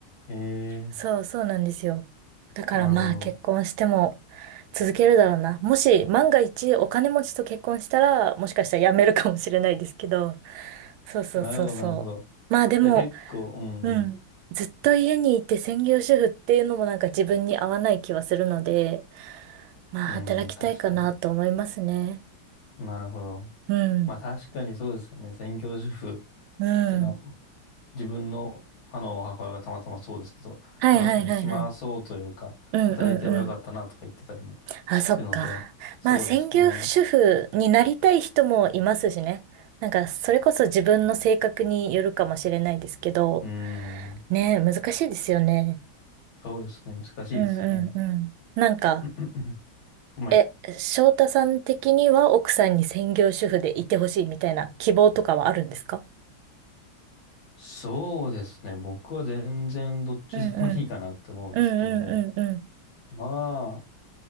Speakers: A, on the left (about 75°); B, on the right (about 80°).
A: へえ、
B: そう、そうなんですよ。だからまあ結婚しても
A: なるほど。
B: 続けるだろうな。もし万が一お金持ちと結婚したら、もしかしたら辞めるかもしれないですけど。そうそうそうそう。
A: なるほど、なるほど。
B: まあでも、
A: じゃあ結構、うんうん、
B: うん。ずっと家にいて専業主婦っていうのもなんか自分に合わない気はするので、まあ働きたいかなと思いますね。
A: うんうん、確かに。なるほど。
B: うん。
A: まあ確かにそうですよね。専業主婦。
B: うん。
A: てな、自分の、あの、母親がたまたまそうですけど、
B: はいはいはいはい。
A: まあ確かに暇そうというか、
B: うんうんうん。
A: 働いてればよかったなとか言ってたりも聞くので、
B: あ、そっか。
A: そうですね。
B: まあ、専業主婦になりたい人もいますしね。なんか、それこそ自分の性格によるかもしれないですけど、
A: うーん、
B: ねえ、難しいですよね。
A: そうですね。難しいですね。
B: うんうんうん。なんか、
A: <clears throat> まあ、
B: え、翔太さん的には奥さんに専業主婦でいてほしいみたいな希望とかはあるんですか
A: そうですね。僕は全然どっちでもいいかなって思うんですけども、
B: うんうん。うんうんうん
A: まあ、